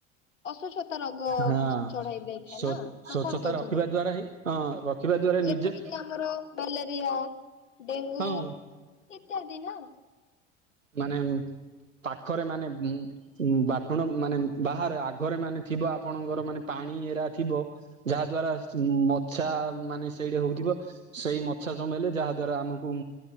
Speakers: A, on the left; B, on the right.
A: ଅସୁଚ୍ଛତା ରୋଗ
B: ହଁ
A: ଚଢାଇ ଦେଇଥାଏ
B: ସ୍ଵଚ୍ଛତା
A: ନା ନା କଣ କହୁଛନ୍ତି?
B: ରଖିବା ଦ୍ଵାରା ହିଁ ହଁ ରଖିବା ଦ୍ଵାରା
A: ଯେପରିକି
B: ନିଜେ
A: ଆମର ମ୍ୟାଲେରିଆ ଡେଙ୍ଗୁ
B: ହଁ
A: ଇତ୍ୟାଦିି ନା?
B: ମାନେ ପାଖରେ ମାନେ ଉଁ ଉଁ ବାଟୁଣ ମାନେ ବାହାରେ ଆଗରେ ମାନେ ଥିବ ଆପଣଙ୍କର ମାନେ ପାଣି ଏରା ଥିବ ଯାହା ଦ୍ଵାରା ସ ମଛା ମାନେ ସେଇଟି ହଉଥିବ। ସେଇ ମଛା ସମୟଲେ ଯାହା ଦ୍ଵାରା ଆମକୁ